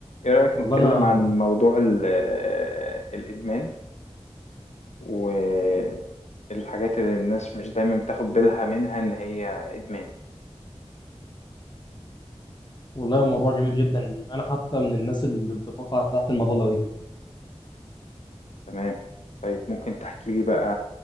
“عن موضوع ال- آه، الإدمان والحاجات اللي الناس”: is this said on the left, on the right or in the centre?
Left